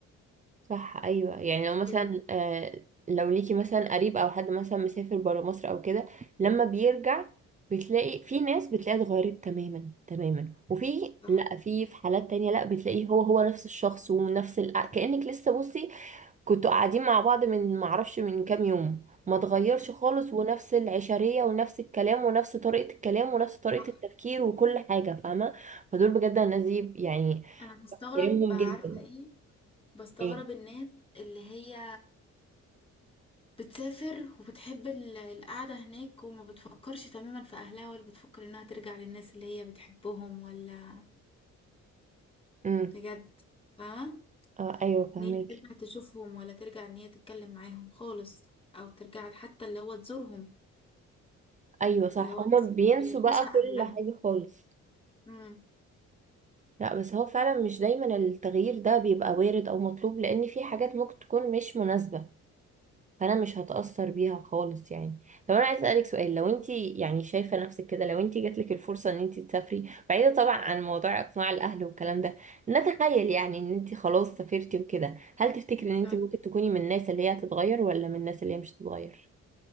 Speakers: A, on the right; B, on the left.
A: صح ايوه يعني لو مثلا
B: كده
A: آه، لو ليكي مثلا قريب او حد مثلا مسافر برا مصر او كده لما بيرجع بتلاقي في ناس بتلاقيها اتغيرت تماما تماما وفي
B: صح
A: لا في في حالات تانية لا بتلاقيه هو هو نفس الشخص ونفس الأ... كأنك لسه بصي كنتوا قاعدين مع بعض من معرفش من كام يوم ما اتغيرش خالص ونفس العشرية ونفس الكلام ونفس طريقة الكلام ونفس طريقة
B: صح
A: التفكير وكل حاجة فاهمة فدول بجد الناس دي يعني
B: انا مستغرب
A: كريمهم
B: عارفة
A: جدا
B: ايه بستغرب
A: ايه
B: الناس اللي هي بتسافر وبتحب ال- القعدة هناك وما بتفكرش تماما في اهلها ولا بتفكر انها ترجع للناس اللي هي بتحبهم ولا
A: إمم.
B: بجد فاهمة
A: اه ايوه فهماكي
B: ان هي ترجع تشوفهم ولا ترجع ان هي تتكلم معاهم خالص او ترجع حتى اللي هو تزورهم
A: ايوه
B: مم.
A: صح
B: لو
A: هما
B: انا
A: بينسوا
B: بيوحشها
A: بقى
B: اهلها
A: كل حاجة خالص
B: امم
A: لا بس هو فعلا مش دايما التغيير ده بيبقى وارد او مطلوب لان في حاجات ممكن تكون مش مناسبة فانا مش هتأثر بيها خالص يعني طب انا عايز اسألك سؤال لو انت يعني شايفة نفسك كده لو انت جاتلك الفرصة ان انت تسافري بعيدة طبعا عن موضوع اقناع الاهل والكلام ده نتخيل يعني ان انت خلاص سافرتي وكده هل تفتكري ان انت
B: طيب.
A: ممكن تكوني من الناس اللي هي هتتغير ولا من الناس اللي هي مش هتتغير